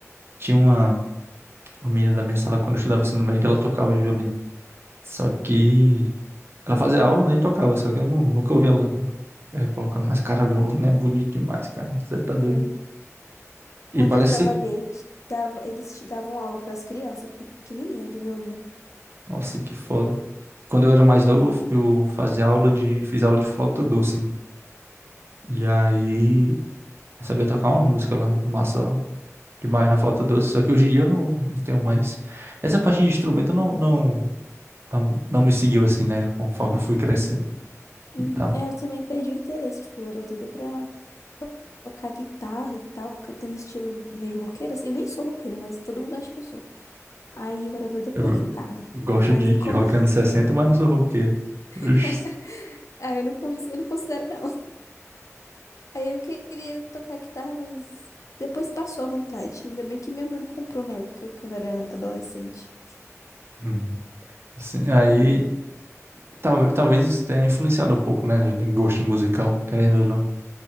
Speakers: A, on the right; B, on the left.
A: Tinha uma, uma menina da minha sala, quando eu estudava ensino médio, que ela tocava violino. Só que ela fazia aula, né, e tocava, só que eu nu- nunca ouvi ela eh, colocando. Mas, cara, violino é bonito demais, cara. Você tá doido.
B: né?
A: E
B: Onde
A: parece
B: eu trabalhei,
A: ser...
B: te dava, eles te davam aula para as crianças pequenininha de violino.
A: Nossa, que foda. Quando eu era mais novo, eu eu fazia aula de... Fiz aula de flauta doce, né? E aí, eu sabia tocar uma música lá, massa demais na flauta doce, só que hoje em dia eu não, não tenho mais. Essa parte de instrumento não, não, não, não me seguiu assim, né? Conforme eu fui crescendo
B: Hum,
A: e tal.
B: É, eu também perdi o interesse, tipo, eu era doida pra to- tocar guitarra e tal, porque eu tenho um estilo meio roqueira, assim, eu nem sou roqueira, mas todo mundo acha que eu sou. Aí eu era doida por
A: Eu
B: guitarra,
A: gosto
B: mas
A: de,
B: é
A: de
B: como,
A: rock anos 60, mas não sou roqueiro.
B: <laughs>
A: Ux.
B: ah, eu não, come- eu não considero não. Aí eu queria tocar guitarra, mas depois passou a vontade. Ainda bem que minha mãe não comprou na época, quando eu era adolescente.
A: Hum. Assim, aí tal, talvez isso tenha influenciado um pouco, né? No no gosto musical, querendo ou não.